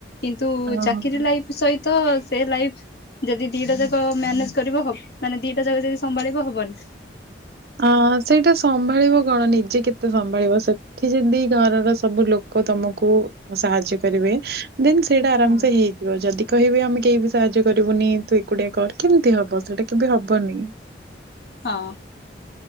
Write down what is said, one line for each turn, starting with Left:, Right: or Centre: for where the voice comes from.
Left: କିନ୍ତୁ
Right: ହଁ
Left: ଚାକିରୀ ଲାଇଫ ସହିତ ସେ ଲାଇଫ ଯଦି ଦିଟା ଯାକ ମ୍ୟାନେଜ କରିବ ହବ ମାନେ ଦିଟା ଯାକ ଯଦି ସମ୍ଭାଳିବ ହବନି।
Right: ଆ ସେଇଟା ସମ୍ଭାଳିବ କଣ ନିଜେ କେତେ ସମ୍ଭାଳିବ? ସେ ଠି ଯଦି ଘରର ସବୁ ଲୋକ ତମକୁ ସାହାଯ୍ୟ କରିବେ ଦେନ୍ ସେଇଟା ଆରାମ
Left: ହଁ
Right: ସେ ହେଇଯି ଯଦି କହିବେ ଆମେ କେହି ବି ସାହାଯ୍ୟ କରିବୁନି ତୁ ଏକୁଟିଆ କର କେମିତି ହବ? ସେଇଟା କେବେ ହବନି।
Left: ହଁ।